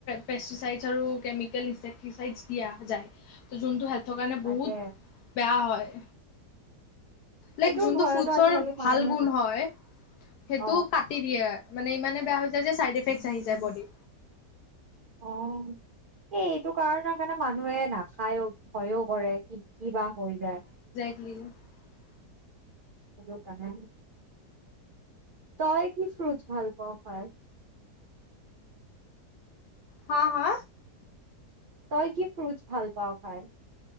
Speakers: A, on the left; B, on the right.
A: পেচেচাইজ আৰু কেমিকেল পেচেচাইজ দিয়া যায় থ কাৰণে বহুত
B: তাকে
A: বেয়া হয়
B: সেইটোৰ
A: লাইক যোনটো
B: ভয়তো
A: ফ্ৰুটচৰ
B: আজিকালি মানুহে
A: ভাল গুণ
B: নাখায়
A: হয় সেইটো
B: অ
A: কাটি দিয়ে মানে ইমানে বেয়া হৈ যায় যে চাইড এফেক্ট আহি যায় বডী
B: আহ এটো কাৰণ কিছুমান মানুহে নাখায়ও ভয়ও কৰে কিন্তু কি বা হৈ যায়
A: শ
B: তই কি ফ্ৰুটছ ভাল পাওঁ খাই
A: হা হা
B: তই কি ফ্ৰুটছ ভাল পাওঁ খাই